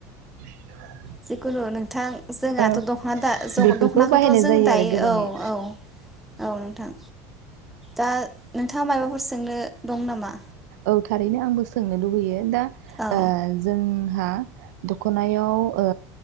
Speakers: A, on the right; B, in the centre.
A: <unintelligible>
B: जिखुनु नोंथां जोंहाथ'
A: ओ
B: दख'ना दा
A: बेफोरखौ
B: दख'नाखौथ'
A: बाहायनाय
B: जों
A: जायो
B: दायो
A: आरो गोबाङै
B: औ औ औ नोंथां। दा नोंथाङा मायबाफोर सोंनो दं नामा?
A: औ थारैनो आंबो सोंनो लुुबैयो दा
B: औ
A: ओ जोंहा दख'नायाव ओ